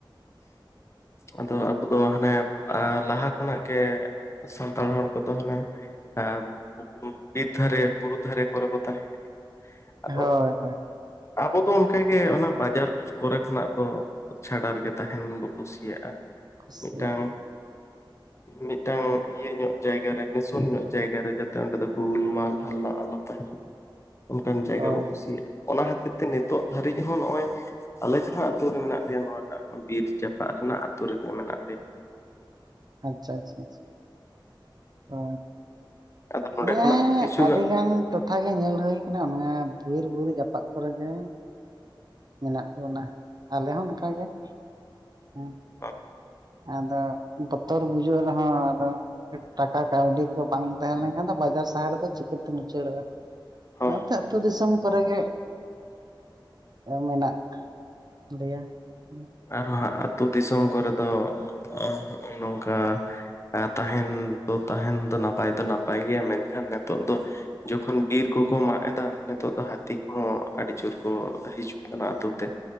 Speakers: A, on the left (about 35°); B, on the right (about 55°).
A: ᱟᱫᱚ ᱟᱵᱚ ᱫᱚ ᱦᱟᱱᱮ ᱟᱸ ᱞᱟᱦᱟ ᱠᱷᱚᱱᱟᱜ ᱜᱮ ᱥᱟᱱᱛᱟᱲ ᱦᱚᱲ ᱠᱚᱫᱚ ᱦᱟᱱᱮᱼᱼ <unintelligible> ᱵᱤᱨ ᱫᱷᱟᱨᱮ ᱵᱩᱨᱩ ᱫᱷᱟᱨᱮ ᱠᱚᱨᱮ ᱠᱚ ᱛᱟᱦᱮᱸ ᱦᱮᱼᱼ ᱟᱫᱚ,
B: ᱦᱳᱭ ᱦᱳᱭ
A: ᱟᱵᱚ ᱫᱚ ᱚᱱᱠᱟᱜᱮ ᱚᱱᱟ ᱵᱟᱡᱟᱨ ᱠᱚᱨᱮ ᱠᱷᱚᱱᱟᱜ ᱫᱚᱼᱼ ᱪᱷᱟᱰᱟ ᱨᱮᱜᱮ ᱛᱟᱸᱦᱮᱱ ᱵᱚ ᱠᱩᱥᱤᱭᱟᱜᱼᱟ,
B: ᱠᱩᱥᱤ
A: ᱢᱤᱫᱴᱟᱝᱼᱼ ᱢᱤᱫᱴᱟᱝ ᱤᱭᱟᱹ ᱧᱚᱜ ᱡᱟᱭᱜᱟ ᱨᱮ ᱱᱤᱥᱚᱱ ᱧᱚᱜ ᱡᱟᱭᱜᱟᱮ ᱡᱟᱛᱮ ᱚᱸᱰᱮ ᱫᱚ ᱜᱳᱞᱢᱟᱞ ᱦᱟᱢᱞᱟ ᱟᱞᱚ ᱛᱟᱦᱮᱱ ᱚᱱᱠᱟᱱ ᱡᱟᱭᱜᱟ
B: ᱦᱳᱭ
A: ᱵᱚ ᱠᱩᱥᱤᱭᱟᱜᱼᱟ
B: ᱦᱳᱭ
A: ᱚᱱᱟ ᱠᱷᱟᱹᱛᱤᱨ ᱛᱮ
B: ᱦᱳᱭ
A: ᱱᱤᱛᱚᱜ ᱫᱷᱟᱹᱨᱤᱡ ᱦᱚᱸ ᱱᱚᱜᱼᱚᱭ ᱟᱞᱮ ᱡᱟᱦᱟᱸ ᱟᱛᱩ ᱨᱮ ᱢᱮᱱᱟᱜ ᱞᱮᱭᱟ ᱱᱚᱣᱟᱴᱟᱜ ᱵᱤᱨ ᱡᱟᱯᱟᱜ ᱨᱮᱱᱟᱜ ᱟᱹᱛᱩ ᱨᱮᱜᱮ ᱢᱮᱱᱟᱜ ᱞᱮᱭᱟ
B: ᱟᱪᱪᱷᱟ ᱪᱷᱟ ᱪᱷᱟ ᱚ
A: ᱟᱫᱚ ᱱᱚᱸᱰᱮ
B: ᱢᱟᱱᱮ
A: ᱠᱷᱚᱱᱟᱜ ᱦᱚᱸ ᱠᱤᱪᱷᱩ
B: ᱟᱹᱰᱤ ᱜᱟᱱ ᱴᱚᱴᱷᱟ ᱜᱮ ᱧᱮᱞ ᱦᱳᱭ ᱠᱟᱱᱟ ᱱᱚᱣᱟ ᱵᱤᱨᱵᱩᱨᱩ ᱡᱟᱯᱟᱜ ᱠᱚᱨᱮ ᱜᱮ ᱢᱮᱱᱟᱜ ᱵᱚᱱᱟ ᱟᱞᱮ ᱦᱚᱸ ᱚᱱᱠᱟᱜᱮ ᱦᱮᱸ
A: ᱦᱚᱸ
B: ᱟᱫᱚ ᱵᱚᱛᱚᱨ ᱵᱩᱡᱩᱜ ᱨᱮᱦᱚᱸ ᱟᱫᱚ ᱴᱟᱠᱟ ᱠᱟᱹᱣᱰᱤ ᱠᱚ ᱵᱟᱝ ᱛᱟᱦᱮᱸ ᱞᱮᱱᱠᱷᱟᱱ ᱫᱚ ᱵᱟᱡᱟᱨ ᱥᱟᱦᱟᱨ ᱨᱮᱫᱚ ᱪᱤᱠᱟᱹᱛᱮᱢ ᱩᱪᱟᱹᱲᱚᱜᱼᱟ
A: ᱦᱚᱸ
B: ᱚᱱᱟᱛᱮ ᱟᱹᱛᱩ ᱫᱤᱥᱚᱢ ᱠᱚᱨᱮ ᱜᱮ ᱢᱮᱱᱟᱜ ᱞᱮᱭᱟ ᱦᱩ
A: ᱟᱨᱦᱚ ᱦᱟᱜ ᱟᱹᱛᱩ ᱫᱤᱥᱚᱢ ᱠᱚᱨᱮ ᱫᱚ ᱦᱚᱜ ᱱᱚᱝᱠᱟ ᱮ ᱛᱟᱦᱮᱱ ᱫᱚ ᱛᱟᱦᱮᱱ ᱫᱚ ᱱᱟᱯᱟᱭ ᱫᱚ ᱱᱟᱯᱟᱭ ᱜᱮᱭᱟ ᱢᱮᱱᱠᱷᱟᱱ ᱱᱮᱛᱚᱜ ᱫᱚ ᱡᱚᱠᱷᱚᱱ ᱵᱤᱨ ᱠᱚᱠᱚ ᱢᱟᱜ ᱮᱫᱟ ᱱᱤᱛᱚᱜ ᱫᱚ ᱦᱟᱹᱛᱤ ᱠᱚᱦᱚᱸ ᱟᱹᱰᱤ ᱡᱳᱨ ᱠᱚ ᱦᱤᱡᱩᱜ ᱠᱟᱱᱟ ᱟ ᱟᱛᱳ ᱛᱮ